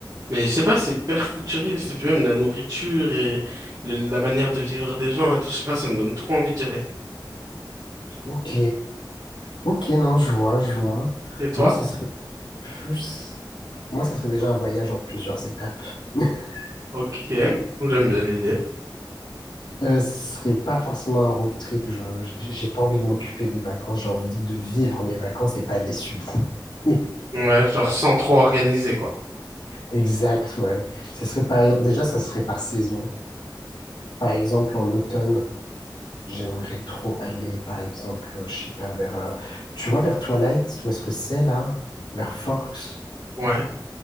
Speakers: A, on the right; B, on the left.
A: Mais je sais pas, c'est hyper futuriste. Et puis même la nourriture et le- la manière de vivre des gens et tout, je sais pas, ça me donne trop envie d'y aller.
B: ok. Ok, non, je vois, je vois.
A: Et toi?
B: Moi, ça serait plus... Moi, ça serait déjà un voyage en plusieurs étapes. <laughs>
A: Ok, j'aime bien l'idée.
B: Euh, ce serait pas forcément un road trip. Je, j'ai pas envie de m'occuper des vacances. J'ai envie de vivre mes vacances et pas de les subir. <laughs>
A: Ouais, genre sans trop organiser, quoi.
B: Exact, ouais. Ce serait par, déjà, ça serait par saison. Par exemple, en automne, J'aimerais trop aller, par exemple, euh, je sais pas, vers, euh, tu vois, vers Twilight, où est-ce que c'est là? Vers Forks.
A: Ouais.